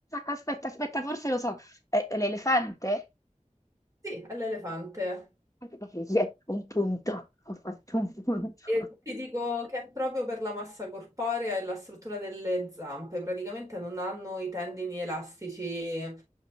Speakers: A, on the left; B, on the right.
A: aspetta, aspetta, forse lo so. È l'elefante?
B: Sì, è l'elefante.
A: <laughs> Un punto, ho fatto un punto.
B: E ti dico che è proprio per la massa corporea e la struttura delle zampe, praticamente non hanno i tendini elastici eh,